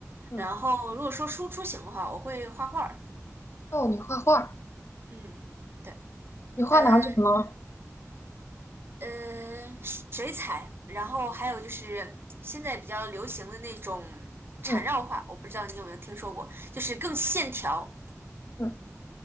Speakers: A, on the left; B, on the right.
A: 嗯，
B: 然后，如果说输出型的话，我会画画儿
A: 哦，你画画。
B: 嗯，对，
A: 你画拿什么？
B: 呃呃，水彩，然后还有就是现在比较流行的那种缠绕画，
A: 嗯
B: 我不知道你有没有听说过，就是更线条。
A: 嗯，